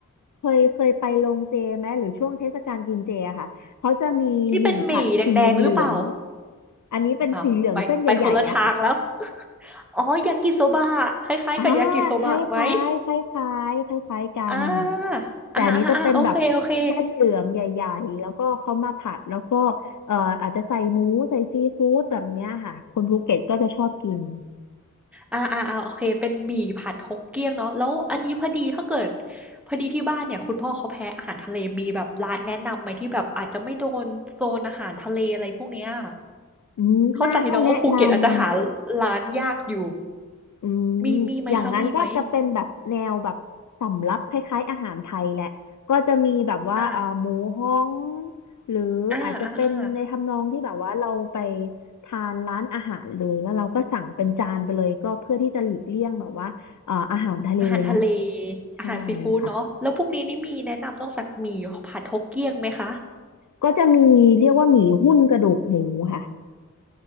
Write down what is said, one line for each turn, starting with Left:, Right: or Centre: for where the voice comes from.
Left: เคยเคยไปโรงเจไหมหรือช่วงเทศกาลกินเจอะค่ะเขาจะมีหมี่ผัดสีเหลืองๆอันนี้เป็นสีเหลืองเส้นใหญ่ๆอะค่ะ
Centre: ที่เป็นหมี่แดงๆหรือเปล่า อ้าวไปไปคนละทางแล้ว <laughs> อ๋อยากิโซบะคล้ายๆกับยากิโซบะไหม
Left: อ่าคล้ายๆคล้ายๆคล้ายคล้ายๆกัน
Centre: อ่าอ่าอ่าอ่าโอเคโอเค
Left: แต่อันนี้จะเป็นแบบเส้นเหลืองใหญ่ๆแล้วก็เขามาผัดแล้วก็เอ่ออาจจะใส่หมูใส่ซีฟู้ดแบบเนี้ยค่ะคนภูเก็ตก็จะชอบกิน
Centre: อ่าอ่าอ่าโอเคเป็นหมี่ผัดฮกเกี้ยงเนาะแล้วอันนี้พอดีถ้าเกิดพอดีที่บ้านเนี่ยคุณพ่อเขาแพ้อาหารทะเลมีแบบร้านแนะนำไหมที่แบบอาจจะไม่โดนโซนอาหารทะเลอะไรพวกเนี้ย
Left: อืมถ้าให้แนะนำ
Centre: เข้าใจเนาะว่าภูเก็ตอาจจะหาร้านยากอยู่
Left: อืม
Centre: มีมีไหมคะมีไหม
Left: อย่างนั้นก็จะเป็นแบบแนวแบบสำรับคล้ายๆอาหารไทยแหละก็จะมีแบบว่าเอ่อหมูฮ้อง
Centre: อ่า
Left: หรืออาจจะเป็นในทำนองที่แบบว่าเราไป
Centre: อ่าอ่าอ่า
Left: ทานร้านอาหารเลยแล้วเราก็สั่งเป็นจานไปเลยก็เพื่อที่จะหลีกเลี่ยงแบบว่าเอ่ออาหารทะเลเนาะ
Centre: อาหารทะเล
Left: ใช่
Centre: อาหารซีฟู้ดเนาะแล้วพวกนี้นี่มีแนะนำนอกจากหมี่ผัดฮกเกี้ยงไหมคะ
Left: ค่ะก็จะมีเรียกว่าหมี่หุ้นกระดูกหมูค่ะ